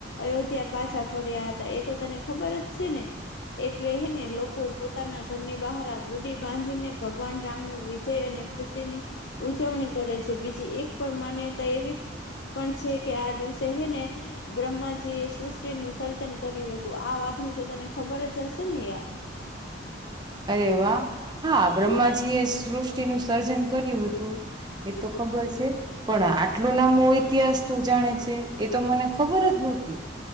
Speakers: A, on the left (about 65°); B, on the right (about 25°).
A: અયોધ્યા પાછા ફર્યા હતા એ તો તને ખબર જ છે ને એટલે હે ને લોકો પોત પોતા ના ઘરની બહાર ગુડી બાંધીને ભગવાન રામનો વિજય અને ખુશી ની ઉજવણી કરે છે બીજી એક પણ માન્યતા એવી પણ છે કે આ દિવસે હે ને બ્રહ્માજી એ સૃષ્ટિનું સર્જન કર્યું હતું આ વાત ની તો તને ખબર જ હશે ને યાર.
B: અરે વાહ હા બ્રહ્માજી એ સૃષ્ટિ નું સર્જન કર્યું હતું એ તો ખબર છે. પણ આટલું લાબો ઇતિહાસ તું જાણે છે એ તો મને ખબર જ નહોતી.